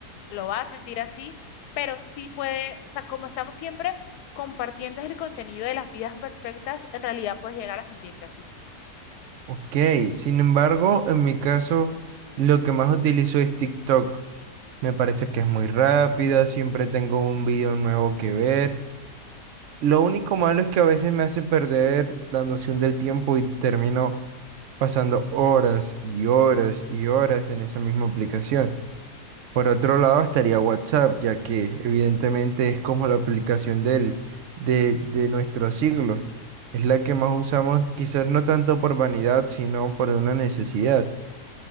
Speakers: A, on the left; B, on the right.
A: lo va a sentir así, pero sí puede, o sea, como estamos siempre compartiendo el contenido de las vidas perfectas, en realidad puedes llegar a sentirte así.
B: Ok, sin embargo, en mi caso, lo que más utilizo es TikTok. Me parece que es muy rápida, siempre tengo un video nuevo que ver. Lo único malo es que a veces me hace perder la noción del tiempo y termino pasando horas y horas y horas en esa misma aplicación. Por otro lado, estaría WhatsApp, ya que evidentemente es como la aplicación del, de, de nuestro siglo. Es la que más usamos, quizás no tanto por vanidad, sino por una necesidad.